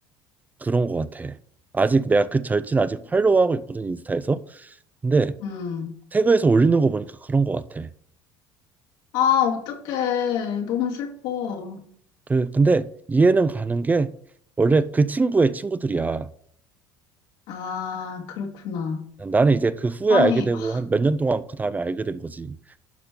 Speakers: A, on the right; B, on the left.
A: 그런 것 같아. 아직 내가 그 절친 아직 팔로우하고 있거든 인스타에서. 근데
B: 음.
A: 태그에서 올리는 거 보니까 그런 것 같아.
B: 아, 어떡해. 너무 슬퍼.
A: 그 근데 이해는 가는 게 원래 그 친구의 친구들이야.
B: 아, 그렇구나.
A: 나는 이제 그 후에
B: 아니,
A: 알게 되고
B: 아,
A: 한 몇 년 동안 그 다음에 알게 된 거지.